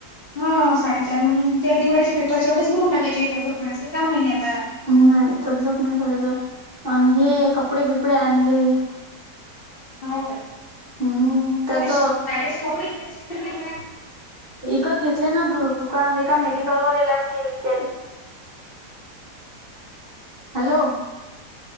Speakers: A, on the left; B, on the right.
A: हा साडेचार म्हणून त्या दिवाळीच्या पेपरच्यावढच भरून टाकायचे त्यात महिन्याची त्या महिने आता
B: नाही तलोक नाही बरायच आणि हे कपडे किपडे आणले
A: हो का
B: हम्म त्याच
A: साड्याचे कपडेयडेला
B: इकत घेतले ना द दुकान एका मेडिकल वरला ते गले हॅलो